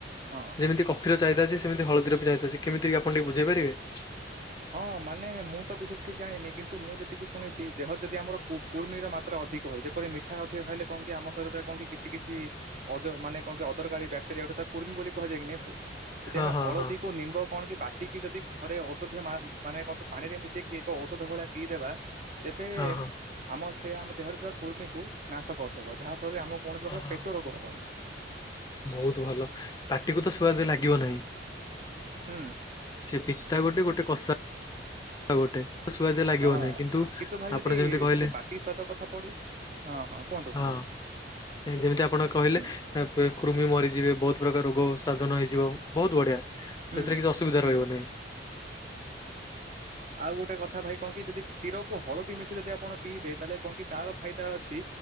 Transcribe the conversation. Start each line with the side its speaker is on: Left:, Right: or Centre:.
Right: ହଁ।
Left: ଯେମିତି କଫି ଚାହିଦ ଅଛି ସେମିତି ହଳଦୀର ବି ଚାହିଦ ଅଛି କେମିତି ଆପଣ ଟିକେ ବୁଝେଇ ପାରିବେ?
Right: ହଁ ମାନେ ମୁଁ ତ ବିଶେଷ କିଛି ଜାଣିନି କିନ୍ତୁ ମୁଁ ଯେତିକି ଶୁଣିଛି ଦେହର ଯଦି ଆମର କୁର୍ମିର ମାତ୍ର ଅଧିକ ହଏ ଯେପରି ମିଠା ଅ ଖାଇଲେ କଣ କି ଆମ ଶରୀରେ କହ କିଛି କିଛି ମାନେ କଣ କି ଅଦରକାରୀ ବ୍ୟାକ୍ଟେରି ଗୋଟେ ତା କୃମି ବୋଲି କୁହାଯାଏ କିି‌ନି ଭାଇ, ଯଦି
Left: ହଁ
Right: ଆମେ
Left: ହଁ
Right: ହଳଦି
Left: ହଁ
Right: କୁ ନିମ୍ବ କଣ କି ବାଟିକି ଯଦି ଥରେ ଔଷ ମାନେ କ ପାଣିରେ ମିଶେଇକି ଏକ ଔଷଧ ଭଳିଆ ପିଇ ଦେବା ତେବେ
Left: ହଁ ହଁ
Right: ଆମ ସେ ଆମ ଦେହରେ ଥିବା କୃମି କୁ ନାଶ କରିଦେବ ଯାହା ଫଳରେ ଆମକୁ କୌଣସି ପ୍ରକାର
Left: ହଁ ହଁ
Right: ପେଟ ରୋଗ ହବନି।
Left: ବହୁତ ଭଲ ପାଟିକୁ ତ ସୁୁଆଦ ଲାଗିବ ନାହିଁ।
Right: ହୁଁ।
Left: ସେ ପିତା ଗୋଟେ ଗୋଟେ କଷା ହଁ ଗୋଟେ ସୁଆଦିଆ ଲାଗିବ
Right: ହଁ
Left: ନାହିଁ
Right: କିନ୍ତୁ ଭାଇ
Left: ଆପଣ
Right: ଯଦି
Left: ଯେମିତି କହିଲେ
Right: ଯଦି ପାଟି ସଵାଦ କଥା ପଢି ହଁ ହଁ କୁହନ୍ତୁ
Left: ହଁ
Right: କୁହନ୍ତୁ।
Left: ଯେମିତି ଆପଣ କହିଲେ
Right: ହୁଁ
Left: କୃମି ମରି ଯିବେ ବହୁତ ପ୍ରକାର ରୋଗ ସାଧନ ହେଇଯିବ ବହୁତ ବଢିଆ ସେଥିରେ
Right: ହୁଁ
Left: କିଛି ଅସୁବିଧା
Right: ହୁଁ।
Left: ରହିବ ନାହିଁ।
Right: ଆଉ ଗୋଟେ କଥା ଭାଇ କଣ କି ଯଦି କ୍ଷୀରକୁ ହଳଦୀ ମିଶି ଯଦି ଆପଣ ପିଇବେ ତାହେଲେ କହ କି ତାର ଫାଇଦା ଅଛି।